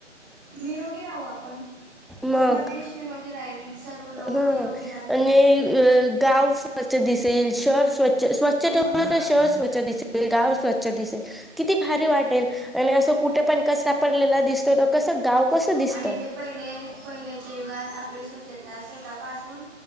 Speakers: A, on the right; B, in the centre.
A: निरोगी राहू आपण,
B: मग
A: आपला देश निरोगी राहील. सर्व लोकं
B: ह
A: निरोगी राहतील.
B: आणि गाव स्वच्छ दिसेल, शहर स्वच्छ, स्वच्छ
A: हो
B: ठेवलं
A: ना
B: तर शहर स्वच्छ दिसेल. गाव स्वच्छ दिसेल. किती भारी वाटेल आणि असं कुठे पण कचरा पडलेला दिसतो तर, कसं, गाव कसं दिसत?
A: आणि ते पहिले पहिल्याच्या युगात आपली स्वच्छता स्वतःपासून